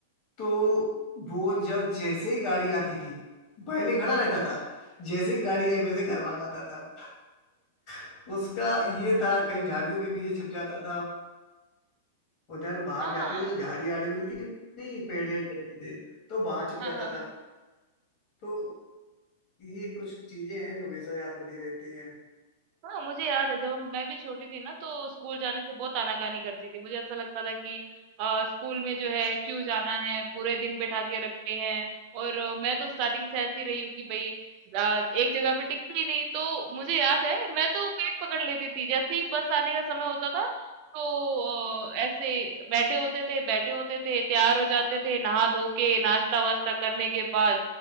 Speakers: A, on the left; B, on the right.
A: तो वो जब जैसे ही गाड़ी आती थी पहले खड़ा रहता था जैसे ही गाड़ी आई वैसे ही घर भाग आता था <laughs> उसका ये था कहीं झाड़ियों के पीछे छिप जाता था उधर बाहर
B: हाँ
A: जाते थे तो झाड़ी आड़ी मिलती नहीं पेड़ वेड़ खड़े होते तो वहां छिप
B: हाँ
A: जाता
B: हाँ
A: था
B: हाँ
A: तो ये कुछ चीजें हैं जो हमेशा याद बनी रहती
B: हाँ मुझे याद है जब हम- मैं भी छोटी थी ना तो स्कूल जाने से बहुत आनाकानी करती थी मुझे ऐसा लगता था कि अ, स्कूल में जो है क्यों जाना है पूरे दिन बैठा के रखते हैं और अ, मैं तो स्टार्टिंग से ऐसी रही हूँ कि भाई अ, एक जगह पे टिकती ही नहीं तो मुझे याद है मैं तो पेट पकड़ लेती थी जैसे ही बस आने का समय होता था तो अ, ऐसे बैठे होते थे बैठे होते थे तैयार हो जाते थे नहा धो के नाश्ता वास्ता करने के बाद